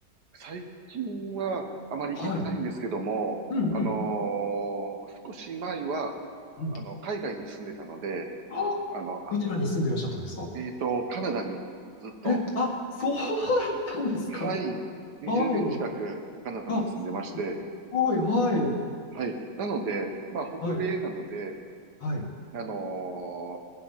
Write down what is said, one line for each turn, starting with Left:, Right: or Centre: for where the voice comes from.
Right: 最近はあまり行けてないんですけども、
Left: はい。うんうん。
Right: あのー少し前は、ああの、
Left: うん。
Right: 海外に住んでたので、
Left: ああ、
Right: あの、
Left: どちらに住んでいらっしゃったんですか
Right: えっと、カナダにずっと
Left: え、あ、そうだったんですか
Right: はい。20年近くカナダに住んでまして、
Left: はい。あ、すごい、はい。
Right: はい。なので、まあ、北米なので、
Left: はい。はい。
Right: あのー